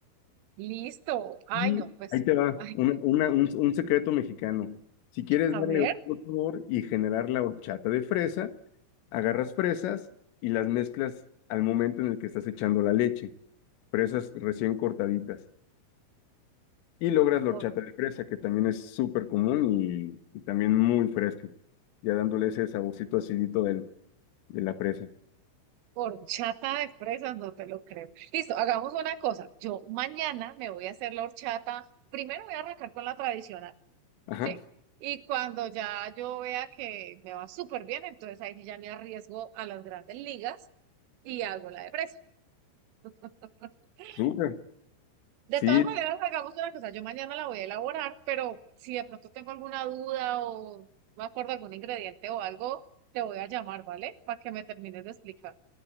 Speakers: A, on the right (about 85°); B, on the left (about 90°).
A: listo. Ay,
B: Y
A: no, pues,
B: ahí te va,
A: ay,
B: una- una- un, un secreto mexicano. Si quieres
A: a
B: darle
A: ver,
B: otro sabor y generar la horchata de fresa, agarras fresas y las mezclas al momento en el que estás echando la leche. Fresas recién cortaditas. Y logras la
A: por,
B: horchata de fresa, que también es súper común y, y también muy fresca. Ya dándole ese saborcito acidito del, de la fresa.
A: horchata de fresas, no te lo creo. Listo, hagamos una cosa. Yo mañana me voy a hacer la horchata. Primero voy a arrancar con la tradicional.
B: Ajá,
A: ¿sí? Y cuando ya yo vea que me va súper bien, entonces ahí sí ya me arriesgo a las grandes ligas y hago la de presa. <laughs>
B: súper.
A: De
B: Sí,
A: todas maneras, hagamos una cosa, yo mañana la voy a elaborar, pero si de pronto tengo alguna duda o no me acuerdo algún ingrediente o algo, te voy a llamar, ¿vale? Para que me termines de explicar.